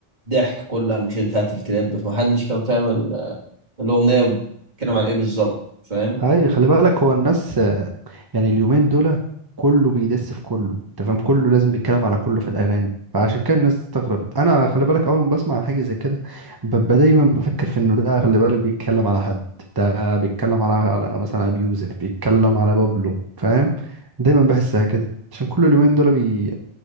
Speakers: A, on the right (about 45°); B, on the right (about 25°).
A: ضحك كلها المشاهد بتاعت الكليب فمحدش كان فاهم ال- الأغنية بتتكلم عن ايه بالظبط فاهم
B: ايوه خلي بالك هو الناس آه، يعني اليومين دول كله بيدس في كله انت فاهم كله لازم بيتكلم على كله في الاغاني فعشان كده الناس استغربت انا خلي بالك اول ما بسمع حاجه زي كده ببقى دايما بفكر في انه ده خلي بالك بيتكلم على حد ده بيتكلم على على مثلا ابي يوسف بيتكلم على بابلو فاهم دايما بحسها كده عشان كل اليومين دول بي